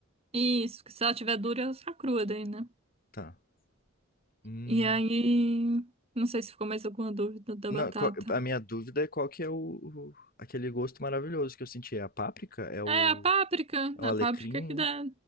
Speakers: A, on the right; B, on the left.
A: Isso, que se ela tiver dura, ela tá crua daí, né?
B: Tá. Hum.
A: E aí, não sei se ficou mais alguma dúvida da
B: Não,
A: batata.
B: qual- a minha dúvida é qual que é o, o- aquele gosto maravilhoso que eu senti. É a páprica? É o,
A: É, a páprica,
B: é o
A: a
B: alecrim?
A: páprica que dá.